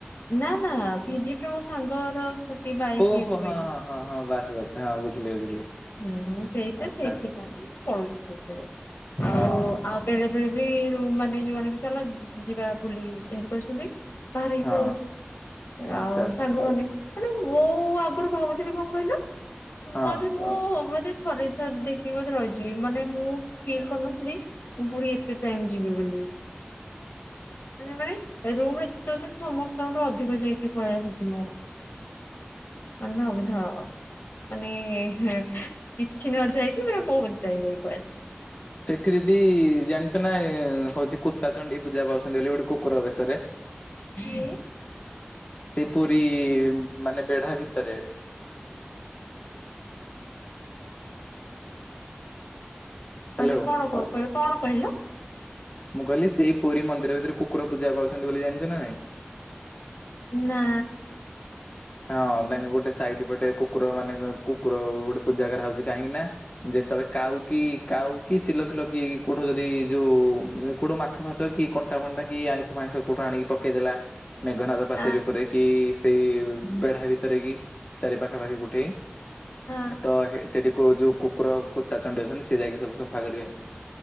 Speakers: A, on the left (about 65°); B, on the left (about 35°).
A: ନା ନା ଭିଜିଟରେ ମୋ ସାଙ୍ଗର ସ୍କୁଟି ବାଇକ
B: ଓହୋ
A: ଏସବୁ
B: ହଁ
A: ହେଇଥିଲା।
B: ହଁ ହଁ ହଁ ବାସ୍ ବାସ୍ ହଁ ବୁଝିଲି ବୁଝିଲି
A: ହୁଁ ମୁଁ ସେଇ
B: ଆଚ୍ଛା
A: ସେଇଥିପାଇଁ
B: ଆଚ୍ଛା
A: ମୁଁ ପଳଉଛି ସେଇଥିରେ ଆଉ
B: ହଁ
A: ଆ ବେଳେ ବେଳେ ବି ମାନେ ଯୋଉ ମାନେ ଚାଲ ଯିବା ବୁଲି ଏମିତି କହୁଛନ୍ତି ବାହାରିକି
B: ହଁ
A: ପଳଉଛୁ
B: ଆଚ୍ଛା
A: ଆଉ
B: ଆଚ୍ଛା
A: ସାଙ୍ଗମାନେ ମାନେ ମୁଁ ଆଗରୁ ଭାବୁଥିଲି କଣ କହିଲ
B: ହଁ।
A: ମ ମୁଁ ମତେ ଥରେ ଦି ଥର ଦେଖିକି ମତେ ରହିଛିି ମାନେ ମୁଁ ଫିଲ୍ କରୁନଥିଲି ମୁଁ ଫୁଣି ଏତେ ଟାଇମ ଯିବି ବୋଲି ମାନେ ମାନେ ରୁମରେ ଯେତେ ଅଛନ୍ତି ସମସ୍ତଙ୍କଠୁ ଅଧିକ ଯାଇକି ପଳେଇ ଆସିଛି ମୁଁ ମାନେ ଭାବୁଥାଅ ମାନେ କିଛି ନ ଯାଇକି ପୁରା ବହୁତ ଟାଇମ ଯାଇକି ପଳେଇ ଆସି
B: ସେଠି ଦିଦି ଜାଣିଛ ନା ହଉଛି କୁତାଚଣ୍ଡୀ ପୂଜା ବ ଅଛନ୍ତି ବୋଲି ଗୋଟେ କୁକୁର ବେଶରେ ସେଇ
A: ଆସିଛି।
B: ପୁରୀ ମାନେ ବେଢା ଭିତରେ। ହ୍ୟାଲୋ।
A: ମାନେ କଣ କ କ କଣ କହିଲ।
B: ମୁଁ କହିଲି ସେଇ ପୁରୀ ମନ୍ଦିର ଭିତରେ କୁକୁର ପୂଜା ପାଉଛନ୍ତି ବୋଲି ଜାଣିଛ ନା ନାଇଁ।
A: ନା।
B: ହଁ ତାଙ୍କେ ଗୋଟେ ସାଇଡ ପଟେ କୁକୁର ମାନେ କୁକୁର ଗୋଟେ ପୂଜା କରା ହଉଛି କାହିଁକି ନା। ଯେତେବେଳେ କାଉ କି କାଉ କି ଚିଲ ଫିଲ କି କୋଉଠୁ ଯଦି ଯୋଉ କୋଉଠୁ ମାଛ ଫାଛ କି କଣ୍ଟା ଫଣ୍ଟା କି ଆଇଁଷ ଫାଇଁସ କୋଉଠୁ ଆଣିକ ପକେଇଦେଲା ମେଘନାଦ ପାଚେରୀ
A: ହା
B: ଉପରେ କି ସେଇ ବେଢା ଭିତରେ କି ଚାରି ପାଖାପାଖି କୋଉଠି
A: ହା
B: ତ ସେଠିକୁ ଯୋଉ କୁକୁର। କୁତା ଚଣ୍ଡୀ ଅଛନ୍ତି ସେ ଯାଇକି ସବୁ ସଫା କରିବେ